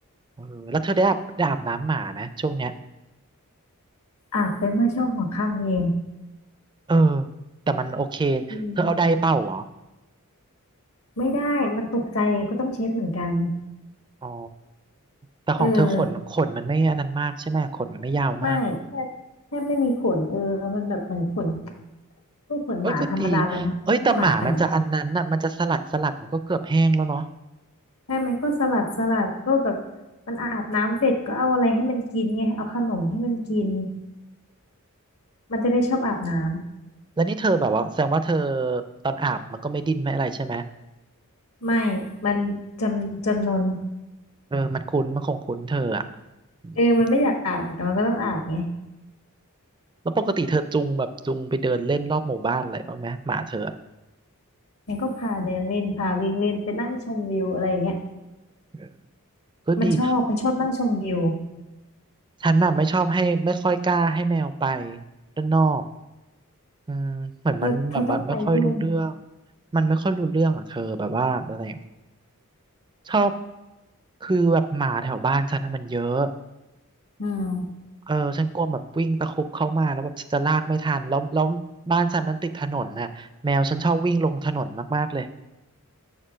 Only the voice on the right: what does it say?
เออแล้วเธอได้อาบได้อาบน้ำหมาไหมช่วงเนี้ย
เออ แต่มันโอเค
เธอเอาไดเป่าเหรอ
อ๋อแต่ของเธอขนขนมันไม่อันนั้นมากใช่ไหมขนมันไม่ยาวมากเนาะ
เอ้ยก็ดีเอ้ยแต่หมามันจะอันนั้นน่ะมันจะสลัดสลัดมันก็เกือบแห้งแล้วเนาะ
แล้วนี่เธอแบบว่าแสดงว่าเธอตอนอาบมันก็ไม่ดิ้นไม่อะไรใช่ไหม
เออมันคุ้นมันคงคุ้นเธออ่ะอืม
แล้วปกติเธอจูงแบบจูงไปเดินเล่นรอบหมู่บ้านอะไรบ้างไหมหมาเธออะ
เออก็ดี
ฉันน่ะไม่ชอบให้ไม่ค่อยกล้าให้แมวไปด้านนอก อืมเหมือนมันแบบมันไม่ค่อยรู้เรื่อง
มันไม่ค่อยรู้เรื่องอ่ะเธอแบบว่าอะไรอะชอบคือแบบหมาแถวบ้านฉันน่ะมันเยอะ
เออฉันกลัวแบบวิ่งตะครุบเข้ามาแล้วแบบฉันจะลากไม่ทันแล้วแล้วบ้านฉันมันติดถนนน่ะแมวฉันชอบวิ่งลงถนนมากๆเลย